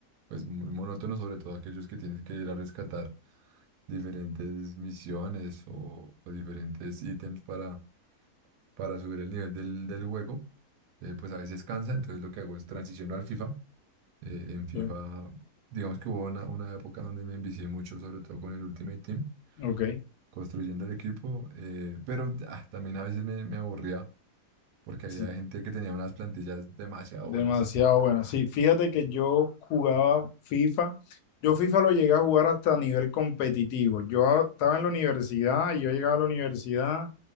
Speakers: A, on the right; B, on the left.
A: pues muy monótonos, sobre todo aquellos que tienes que ir a rescatar diferentes misiones o, o diferentes ítems para para subir el nivel del, del juego. eh, pues a veces cansa, entonces lo que hago es transiciono al FIFA. Eh, en FIFA,
B: Sí.
A: digamos que hubo una, una época donde me envicié mucho, sobre todo con el Ultimate Team,
B: Ok.
A: construyendo el equipo, eh, pero ah, también a veces me, me aburría porque
B: Sí.
A: había gente que tenía unas plantillas demasiado
B: Demasiado
A: buenas.
B: buena. Sí, fíjate que yo jugaba FIFA. Yo FIFA lo llegué a jugar hasta nivel competitivo. Yo a- estaba en la universidad y yo llegaba a la universidad,